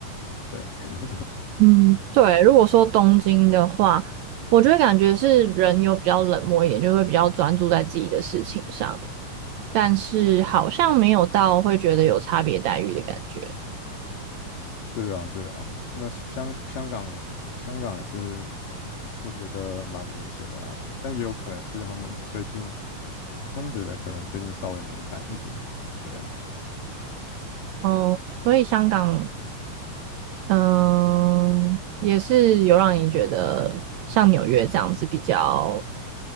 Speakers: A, on the left; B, on the right.
A: 对。<laughs>
B: 嗯，对，如果说东京的话，我觉得感觉是人有比较冷漠一点，就会比较专注在自己的事情上，但是好像没有到会觉得有差别待遇的感觉。
A: 对啊，对啊，那香香港香港也是，我觉得蛮明显的啊，但也有可能是他们最近他们的人可能最近稍微敏感一点，对啊，
B: 哦，所以香港嗯，也是有让你觉得像纽约这样子比较